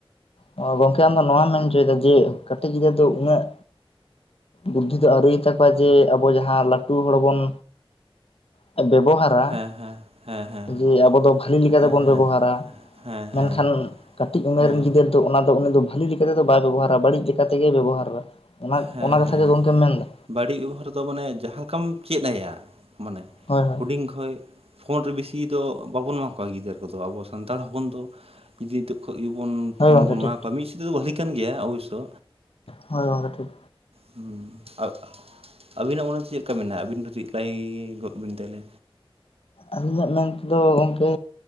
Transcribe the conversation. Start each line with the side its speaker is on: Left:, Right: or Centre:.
Left: ᱦᱳ, ᱜᱚᱢᱠᱮ ᱟᱢᱫᱚ ᱱᱚᱣᱟᱢ ᱢᱮᱱ ᱦᱚᱪᱚᱭᱮᱫᱟ ᱡᱮ ᱠᱟᱹᱴᱤᱡ ᱜᱤᱫᱽᱨᱟᱹ ᱫᱚ ᱩᱱᱟᱹᱜ, ᱵᱩᱫᱽᱫᱷᱤ ᱫᱚ ᱟᱹᱣᱨᱤ ᱟᱛᱟᱠᱚᱣᱟ ᱡᱮ ᱟᱵᱚ ᱡᱟᱦᱟᱸ ᱞᱟᱹᱴᱩ ᱦᱚᱲ ᱵᱚᱱ, ᱵᱮᱵᱚᱦᱟᱨ, ᱟ,
Right: ᱦᱮᱸ ᱦᱮᱸ ᱦᱮᱸ ᱦᱮᱸ
Left: ᱡᱮ ᱟᱵᱚ ᱫᱚ ᱵᱷᱟᱞᱤ ᱞᱮᱠᱟ
Right: ᱦᱮᱸ
Left: ᱛᱮᱵᱚᱱ
Right: ᱦᱮᱸ
Left: ᱵᱮᱵᱚᱦᱟᱨᱟ
Right: ᱦᱮᱸ
Left: ᱢᱮᱱᱠᱷᱟᱱ?
Right: ᱦᱮᱸ
Left: ᱠᱟᱹᱴᱤᱡ ᱩᱢᱮᱨ
Right: ᱦᱮᱸ
Left: ᱨᱮᱱ ᱜᱤᱫᱟᱹᱨ ᱫᱚ ᱚᱱᱟ ᱫᱚ ᱩᱱᱤ ᱫᱚ ᱵᱷᱟᱹᱞᱤ ᱞᱮᱠᱟ ᱛᱮᱫᱚ ᱵᱟᱭ ᱵᱮᱵᱚᱦᱟᱨᱟ ᱵᱟᱹᱲᱤᱡ ᱞᱮᱠᱟ ᱛᱮᱜᱮ ᱵᱮᱵᱚᱦᱟᱨᱟ᱾ ᱚᱱᱟ
Right: ᱦᱮᱸ
Left: ᱚᱱᱟ ᱠᱟᱛᱷᱟ
Right: ᱦᱮᱸ
Left: ᱜᱮ ᱜᱚᱢᱠᱮᱢ ᱢᱮᱱᱫᱟ
Right: ᱵᱟᱹᱲᱤᱡ ᱵᱮᱵᱟᱨ ᱫᱚ ᱢᱟᱱᱮ ᱡᱟᱦᱟᱸ ᱞᱮᱠᱟᱢ ᱪᱮᱫ ᱟᱭᱟ ᱢᱟᱱᱮᱼᱼ
Left: ᱦᱳᱭ ᱦᱳᱭ
Right: ᱦᱩᱰᱤᱧ ᱠᱷᱚᱡ ᱯᱷᱳᱱ ᱨᱮ ᱵᱮᱥᱤ ᱫᱚ ᱵᱟᱵᱚᱱ ᱮᱢᱟ ᱠᱚᱣᱟ ᱜᱤᱫᱟᱹᱨ ᱠᱚᱫᱚ ᱟᱵᱚ ᱥᱟᱱᱛᱟᱲ ᱦᱚᱯᱚᱱ ᱫᱚᱼᱼ ᱡᱩᱫᱤ ᱱᱤᱛᱚᱜ ᱠᱷ ᱜᱮᱵᱚᱱ
Left: ᱦᱳᱭ
Right: ᱯᱷᱳᱱ
Left: ᱜᱚᱢᱠᱮ
Right: ᱵᱚᱱ
Left: ᱴᱷᱤᱠ
Right: ᱮᱢᱟ
Left: ᱴᱷᱤᱠ
Right: ᱠᱚᱣᱟ ᱢᱤᱫ ᱥᱮᱫ ᱛᱮᱫᱚ ᱵᱷᱟᱹᱞᱤ ᱠᱟᱱ ᱜᱮᱭᱟ ᱚᱵᱚᱥᱚᱼᱼ
Left: ᱦᱳᱭ ᱜᱚᱢᱠᱮ ᱴᱷᱤᱠ
Right: ᱦᱩᱸ ᱟ <unintelligible> ᱟᱹᱵᱤᱱᱟᱜ ᱚᱱᱟᱮ ᱪᱮᱫ ᱞᱮᱠᱟ ᱢᱮᱱᱟᱜᱼᱟ ᱟᱹᱵᱤᱱ ᱪᱤᱡ ᱞᱟᱹᱭ ᱜᱚᱜ ᱵᱤᱱ ᱛᱟᱦᱚᱞᱮ?
Left: ᱟᱹᱞᱤᱧᱟᱜ ᱢᱮᱱ ᱛᱮᱫᱚ ᱜᱚᱢᱠᱮ